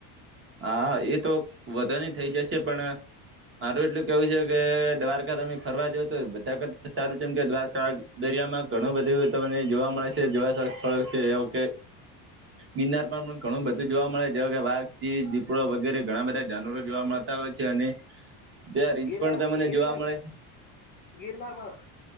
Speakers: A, on the right; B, on the left.
A: હા એ તો વધાની થઈ જશે પણ મારું એટલું કેવું છે કે દ્વારકા તમે ફરવા જા તો બધા સારું છેમ કે દ્વારકા દરિયામાં ઘણું બધું તમને જોવા મળે છે જોવા સ્થળ છે એ વ કે ગિન્નારરમાં ઘણું બધું જોવા મળે જેવા કે વાઘસીી દીપડો વગેરે ઘણા બધા જાનવરો જોવા મળતા હોય છે અને બે ર ઇંચ
B: ગિરનાર
A: પણ તમને
B: ગિરનાર
A: જોવા મળે
B: ગિરનારમાં